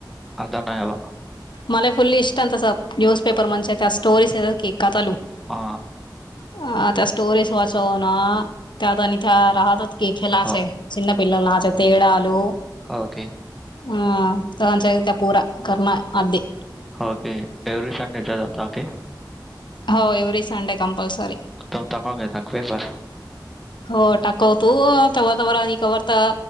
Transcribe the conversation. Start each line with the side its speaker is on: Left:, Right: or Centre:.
Centre: अर्धा नाही हवा
Left: मला फुल्ली इष्ट आहे तस न्यूजपेपर म्हणे त्या स्टोरीज क काातलू
Centre: ह ह
Left: ह त्या स्टोरेज वाचव ना त्यात आणि त्या राहतच एकके लाच
Centre: हो
Left: चन पिल्लला लाच तेडू
Centre: ओके
Left: हम तलानचालत पूरा करर्मा अधदी
Centre: ओके एव्हरी संडे च होता ओके
Left: हो एवरी सडे कमपलसरी
Centre: तुम तक घे तक वेपर
Left: हो टाकवतू तवर तवर आणि कवररता